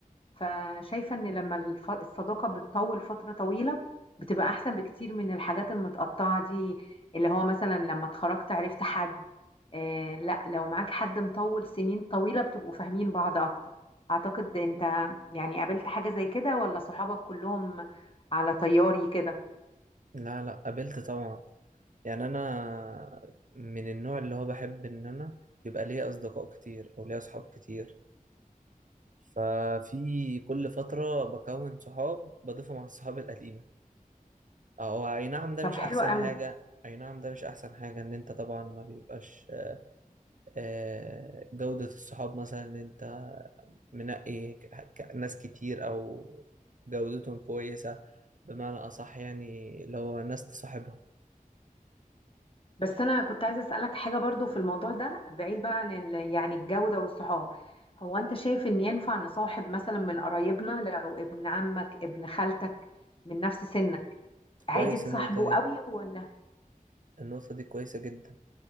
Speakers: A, on the left; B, on the right.
A: فشايفة ان لما الف- الصداقة بتطول فترة طويلة بتبقى احسن بكتير من الحاجات المتقطعة دي اللي هو مثلا لما اتخرجت عرفت حد آه لا لو معاك حد مطول سنين طويلة بتبقوا فاهمين بعض اكتر اعتقد انت يعني قابلت حاجة زي كده ولا صحابك كلهم على طياري كده
B: لا لا قابلت طبعا يعني انا من النوع اللي هو بحب ان انا يبقى ليا اصدقاء كتير او ليا صحاب كتير ففي كل فترة بكون صحاب بضيفهم على الصحاب القديمة او اي نعم ده
A: طب
B: مش
A: حلو
B: احسن
A: قوي
B: حاجة اي نعم ده مش احسن حاجة ان انت طبعا ما بيبقاش آه، جودة الصحاب مثلا ان انت منقي ك- ك- ناس كتير او جودتهم كويسة بمعنى اصح يعني اللي هو ناس تصاحبها
A: بس انا كنت عايزه اسالك حاجه برضو في الموضوع ده بعيد بقى عن ال- يعني الجوده والصحاب هو انت شايف ان ينفع نصاحب مثلا من قرايبنا لو ابن عمك ابن خالتك من نفس سنك
B: كويس
A: عادي تصاحبه
B: النقطة دي
A: قوي ولا
B: النقطة دي كويسة جدا